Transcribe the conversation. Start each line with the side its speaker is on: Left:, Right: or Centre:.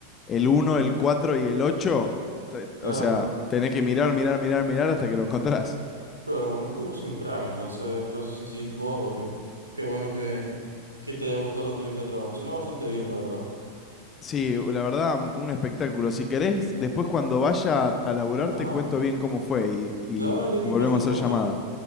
Left: el uno, el 4 y el 8, te-
Right: claro.
Left: o sea, tenés que mirar, mirar, mirar, mirar hasta que lo encontrás.
Right: Pero lo bueno, es que vos sois un crack, entonces todo eso es sencillito, todo, papi. Qué bueno que, que te haya gustado la entrevista de trabajo. Suena bastante bien, la verdad.
Left: Sí, la verdad, un espectáculo. Si querés, después cuando vaya a, a laburar
Right: Ajá,
Left: te cuento bien cómo fue y, y
Right: dale, me
Left: y volvemos
Right: pasáis
Left: a
Right: fotos.
Left: hacer llamada.